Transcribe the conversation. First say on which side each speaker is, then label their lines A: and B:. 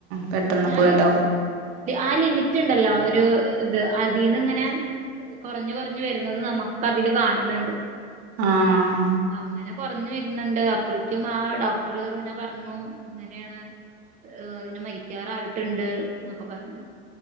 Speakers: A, on the right; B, on the right.
A: പെട്ടെന്ന് പോയിണ്ടാവും.
B: അത് ആ ലിമിറ്റുണ്ടല്ലോ ഒരു ഒരു ഇത് അതിൽന്ന് ഇങ്ങനെ കുറഞ്ഞ് കൊറഞ്ഞ് വരുന്നത് നമുക്ക് അതിൽ കാണുന്നുണ്ട്.
A: ആഹ്
B: അങ്ങനെ കുറഞ്ഞു വ ണ്ട് അപ്പോഴക്കും ആ ഡോക്ടർ ഇങ്ങനെ പറഞ്ഞു ഇങ്ങനെയാണ് അ ഇങ്ങനെ മരിക്കാറായിട്ടുണ്ട് എന്നൊക്കെ പറഞ്ഞു.